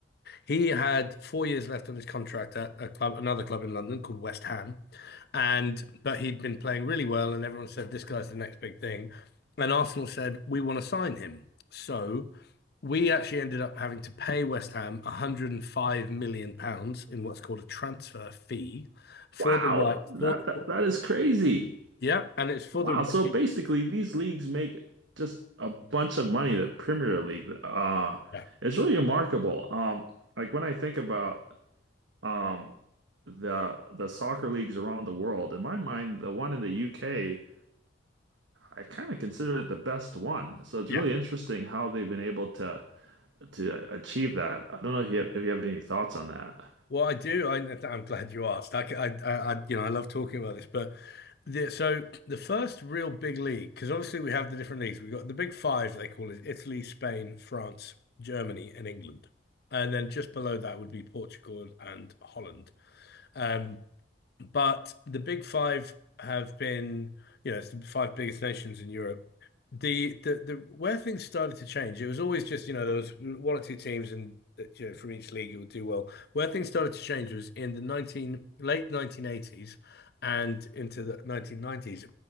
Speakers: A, on the left (about 55°); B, on the right (about 80°).
A: He had four years left on his contract at a club, another club in London called West Ham, and but he'd been playing really well, and everyone said this guy's the next big thing, and Arsenal said we want to sign him. So we actually ended up having to pay West Ham 105 million pounds in what's called a transfer fee for
B: Wow,
A: the right
B: that,
A: for,
B: that
A: for-
B: that is crazy.
A: yeah, and it's for
B: Wow.
A: the right.
B: So basically, these leagues make just a bunch of money, the Premier League. Uh,
A: Yeah,
B: it's really remarkable. Um, like when I think about um the the soccer leagues around the world, in my mind, the one in the UK, I kind of consider it the best one. So it's
A: yeah.
B: really interesting how they've been able to to achieve that. I don't know if you have, if you have any thoughts on that.
A: Well, I do. I, I'm glad you asked. I, I, I, you know, I love talking about this, but the, so the first real big league, because obviously we have the different leagues. We've got the big five, they call it Italy, Spain, France, Germany, and England. And then just below that would be Portugal and, and Holland. Um, but the Big Five have been, you know, it's the five biggest nations in Europe. The the the where things started to change, it was always just, you know, there was one or two teams and uh, you know from each league it would do well. Where things started to change was in the 19 late 1980s and into the 1990s.